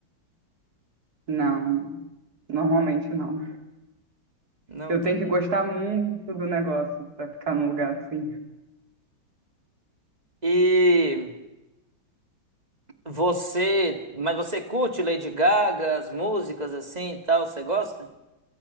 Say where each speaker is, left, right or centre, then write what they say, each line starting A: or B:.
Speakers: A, on the right; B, on the right.
A: Não, normalmente não.
B: Não.
A: Eu
B: tran-
A: tenho que gostar muito do negócio para ficar num lugar assim.
B: E. Você, mas você curte Lady Gaga, as músicas assim e tal, você gosta?